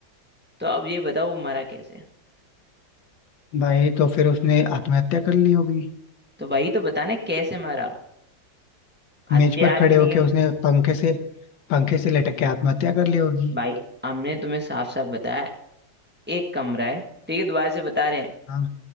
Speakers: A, in the centre; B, on the left.
A: तो अब ये बताओ वो मरा कैसे
B: भाई तो फिर उसने आत्महत्या कर ली होगी
A: तो वही तो बताना है, कैसे मरा हथियार
B: मेज पर खड़े
A: भी नहीं
B: होके
A: है
B: उसने पंखे से पंखे से लटक के आत्महत्या कर ली होगी
A: भाई हमने तुम्हें साफ साफ बताया एक कमरा है ठीक है दोबारा से बता रहे हैं
B: हाँ